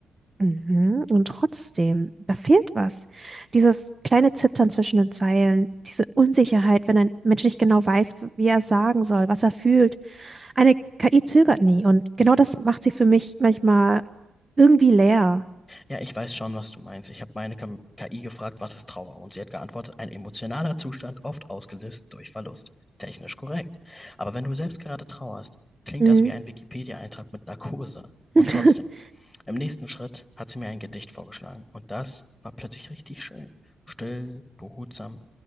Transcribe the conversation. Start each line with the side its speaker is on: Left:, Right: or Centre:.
Right: Mhm. Und trotzdem, da fehlt was. Dieses kleine Zittern zwischen den Zeilen, diese Unsicherheit, wenn ein Mensch nicht genau weiß, wie er es sagen soll, was er fühlt. Eine KI zögert nie und genau das macht sie für mich manchmal irgendwie leer.
Left: Ja, ich weiß schon, was du meinst. Ich habe meine Kam- KI gefragt, was ist Trauer? Und sie hat geantwortet, ein emotionaler Zustand, oft ausgelöst durch Verlust. Technisch korrekt. Aber wenn du selbst gerade trauerst, klingt
Right: Mhm.
Left: das wie ein Wikipedia-Eintrag mit Narkose. Und
Right: <laughs>
Left: trotzdem, im nächsten Schritt hat sie mir ein Gedicht vorgeschlagen. Und das war plötzlich richtig schön. Still, behutsam,